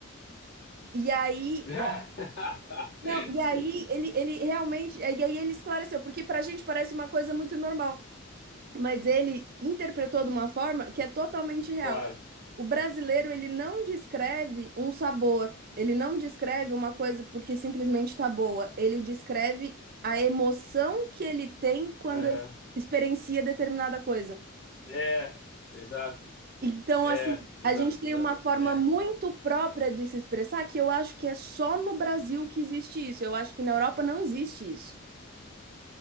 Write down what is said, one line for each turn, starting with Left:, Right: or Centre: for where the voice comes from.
Right: E aí
Left: <laughs>
Right: Não, e
Left: Sim,
Right: aí ele, ele realmente, e aí ele esclareceu, porque pra gente parece uma coisa muito normal, mas ele interpretou de uma forma que é totalmente real.
Left: claro.
Right: O brasileiro, ele não descreve um sabor, ele não descreve uma coisa porque simplesmente tá boa, ele descreve a emoção que ele tem quando
Left: Aham.
Right: ele experiencia determinada coisa.
Left: É, exato.
Right: Então,
Left: É,
Right: assim,
Left: exato,
Right: a gente tem
Left: exato.
Right: uma forma
Left: É.
Right: muito própria de se expressar que eu acho que é só no Brasil que existe isso. Eu acho que na Europa não existe isso.